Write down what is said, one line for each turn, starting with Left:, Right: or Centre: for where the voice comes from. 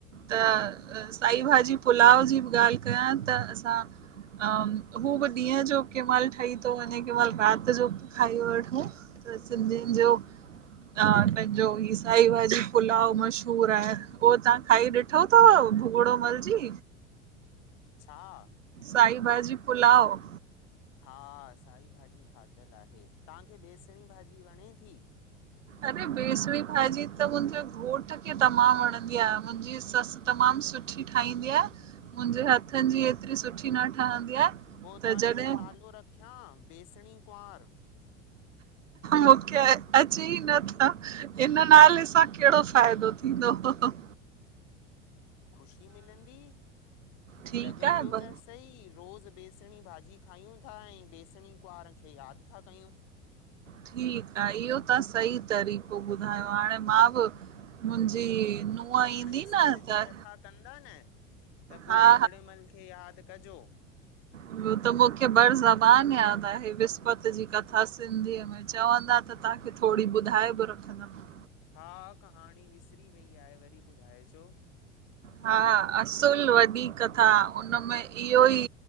Right: त साई भाॼी पुलाव जी बि ॻाल्हि कयां त असां अम हू भी ॾींहं जो केमल ठही थो वञे केमल रात जो खाई वठु। त सिंधियुनि जो त पंहिंजो ई साई भाॾी पुलाव मशहूर आहे उह तव्हां खाई ॾिठो
Left: हूं
Right: तव भुॻड़ो मल जी?
Left: छा?
Right: साई भाॼी पुलाव
Left: हा साई भाॼी खाधलु आहे तव्हांखे बेसणी भाॼी वणे थी
Right: अरे बेसणी भाॼी त मुंहिंजे घोट खे तमामु वणंदी आहे। मुंहिंजी ससु तमामु सुठी ठाहिंदी आ, मुहिंजे हथनि जी एतरी सुठी न ठहंदी आहे
Left: पो
Right: त
Left: तव्हांजो
Right: जॾहिं
Left: नालो रखियां बेसणी कुंआर?
Right: मूंखे अचे ई नथा इन नाले सां कहिड़ो फ़ाइदो थींदो हो
Left: ख़ुशी मिलंदी,
Right: ठीकु
Left: लॻंदो
Right: आहे ब
Left: त सही रोज बेसणी भाॼी खायूं था ऐं बेसणी कुवारं खे यादि था कयूं
Right: ठीकु आहे इहो तां सही तरीक़ो ॿुधायो आ हाणे मा बि मुंहिंजी नूंहं
Left: हाणे
Right: ईंदी
Left: विस्पति
Right: न त
Left: जी कथा कंदा न त पो
Right: हा
Left: भुॻड़े मल खे यादि कजो
Right: हुअ त मूंखे बड़ ज़बान यादि आहे विस्पति जी कथा सिंधीअ में चवंदा त त तव्हांखे थोड़ी ॿुधाए बि रखंदमि
Left: हा कहाणी विसरी वई आहे वरी ॿुधाइजो
Right: हा असुल वॾी कथा उनमें इहो ई